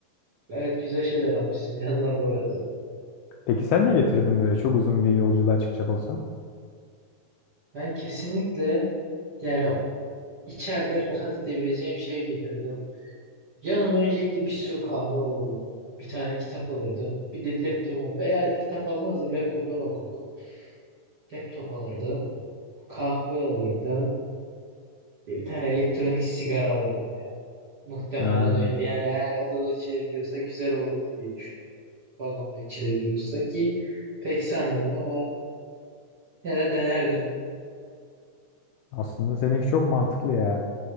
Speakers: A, on the right; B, on the left.
A: Gayet güzel şeyler almışsın <laughs> yanına bu arada.
B: Peki sen ne getirdin böyle çok uzun bir yolculuğa çıkacak olsan?
A: Ben kesinlikle yani içeride rahat edebileceğim şey getirdim. Yanıma öncelikle bir sürü kahve alırdım. Bir tane kitap alırdım. Bir de bir laptopu veya kitap almazdım. Laptoptan okurdum. Laptop alırdım. Kahve alırdım. ve bir tane elektronik sigara alırdım Muhtemelen
B: Ha,
A: öyle. Yani eğer odada içilebiliyorsa güzel olurdu diye düşünüyorum. Vagonda içilebiliyorsa ki pek sanmıyorum ama yine denerdim.
B: aslında seninki çok mantıklı ya.